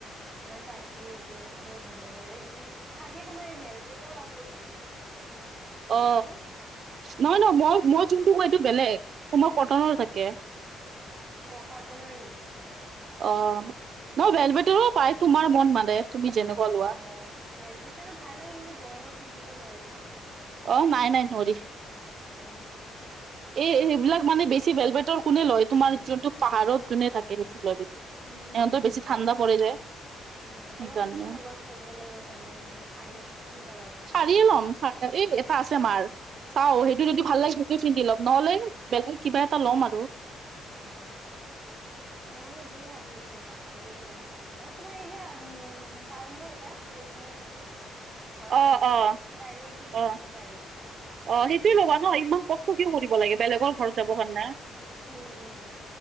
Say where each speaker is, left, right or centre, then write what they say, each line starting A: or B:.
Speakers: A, on the right; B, on the right.
A: মই চাইছিলোঁ এইটো বহুত ভাল লাগে মানে উ', থাকে তোমাৰ এ যে', বেটৰ কাপোৰ থাকে কিন্তু এইটো কুৰ্তিটো
B: অ নহয় নহয় মই মই যোনটো কওঁ এইটো বেলেগ মই কটনৰ থাকে।
A: অ কটনৰ নেকি অ
B: অ ন
A: সেইবোৰ
B: ভেল বেটৰো
A: তোমাৰ
B: পাই তোমাৰ মন মানে তুমি
A: অ',
B: যেনেকুৱা লোৱা।
A: অ', ভেলভেটৰো ভাল লাগে কিন্তু গৰমত পিন্ধিব নোৱাৰি ন?
B: অ নাই নাই নৰি
A: অ'।
B: এই সেইবিলাক মানে বেছি ভেলভেটৰ কোনে লয় তোমাৰ যোনটো পাহাৰত যোনে থাকে সেইটো লয় বেছি
A: উম
B: ইহঁতৰ
A: উম
B: বেছি
A: হয়
B: ঠাণ্ডা পৰে যে
A: উম।
B: সেইকাৰণে
A: এবাৰ কি ল'বা? খেলবেলাৰ কাৰণে মানে শাৰী কি কালাৰৰ?
B: শাৰিয়ে ল'ম এই এটা আছে আমাৰ চাওঁ
A: অ'।
B: সেইটো যদি ভাল লাগে। পিন্ধি ল'ম নহ'লে বেলেগ কিবা এটা ল'ম আৰু।
A: অ হয় নেকি?
B: <inaudible>
A: মই এইটোয়ে ভাবি আছোঁ এটা শাৰীয়ে লম ভাল এটা তোমাৰ এই উ পাই ন এটা ৰেডিমেড এইটো।
B: <inaudible>
A: কৰা শাৰীটো
B: অ
A: ডাইৰেক্ট যে পিন্ধিব
B: অ
A: পাৰি।
B: অ সেইটোয়ে ল'বা ন ইমান কষ্ট কিয় কৰিব লাগে বেলেগৰ
A: উম,
B: ঘৰত
A: উম।
B: যাব কাৰণে।
A: উম, উম,